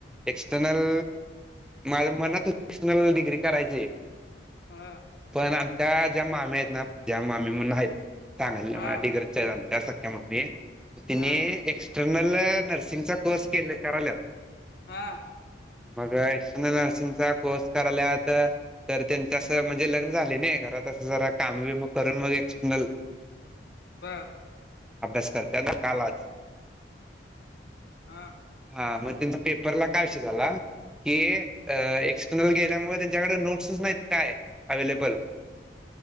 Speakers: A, in the centre; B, on the left.
A: एक्सटर्नल माझ मनात होत डिग्री करायचीये.
B: हा
A: पण आमच्या ज्या माम्या आहेत ना त्या मामी म्हणून आहेत. सांगायला
B: हा
A: डिग्रजच्या आहेत आमच्या अस तीनी
B: हा
A: एक्सटर्नल नर्सिंगचा कोर्स केले काराल्यात.
B: हा
A: मग एक्स्टर्नल नर्सिंगचा कोर्स कराल्यात. तर त्यांच असं म्हणजे लग्न झाले नाही. घरात असं जरा काम बीम करून मग एक्सटर्नल
B: <unintelligible>
A: अभ्यास करतात ना काल आज.
B: हा
A: हा मग त्यांचा पेपरला काय विषय झाला. की एक्सटर्नल गेल्यामुळ त्यांच त्यांच्याकड नोट्स नाहीत काय अवेलेबल.